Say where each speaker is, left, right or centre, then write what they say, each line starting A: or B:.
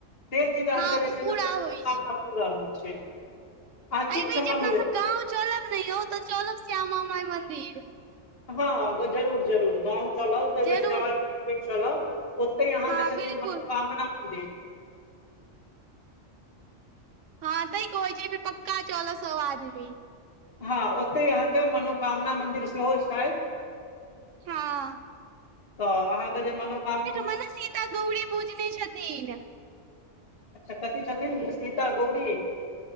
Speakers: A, on the left; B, on the right.
A: से चीज अहाँके
B: हँ
A: जे
B: ओ
A: छै
B: पूरा
A: ने मनोकामना
B: होइ
A: पूरा होइ छै अहाँ किछु
B: अए बेर जे
A: मँगबै
B: अपनासब गाँव चलब ने यौ तऽ चलब श्यामा माइ मन्दिर
A: हँ जरूर जरूर गांव चलाब तैऽ बेर
B: जरूर
A: श्यामा माय चलब ओतै यहाँके
B: हँ
A: छथिन
B: बिलकुल
A: मनोकामना मन्दिर
B: हँ तैं कहै छी एबेर पक्का चलबऽ सब आदमी
A: हँ ओतै अहाँके मनोकामना मंन्दिर सेहो छैथ
B: हँओर
A: तऽ अहाँके जे मनोकामना
B: मनेी <unintelligible> ता गौरी पुजने छथिन
A: अच्छा कथी छथिन सीता गौरी